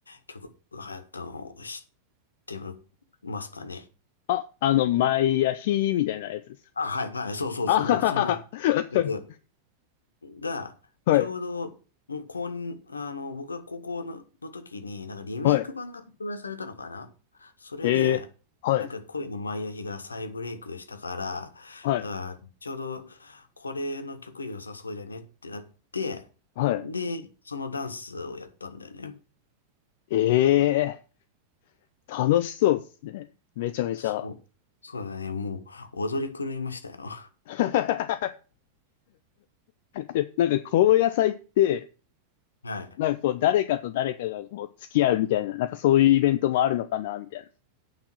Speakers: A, on the left (about 70°); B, on the left (about 50°).
A: 曲が流行ったのを知ってますかね。
B: あ、あの、毎夜日みたいなやつです。
A: あ、はい、はい。そうそう、
B: あははは
A: その、その曲。が、
B: は。
A: ちょうど、
B: はい。
A: もうこん、あの、僕が高校の、の時に、なんかリメイク版が発売されたのかなそれで、
B: はい。えー、はい。
A: なんか恋のマイアヒが再ブレイクしたから、
B: はい。
A: あー、ちょうどこれの曲良さそうじゃねってなって、
B: は
A: で、そのダンスをやったんだよね。
B: い。ええ楽しそうですね。めちゃめちゃ。
A: そう。そうだね。もう踊り狂いましたよ。
B: <laughs> えなんか高野菜って、
A: はい。
B: なんかこう誰かと誰かがこう付き合うみたいな、なんかそういうイベントもあるのかな、みたいな。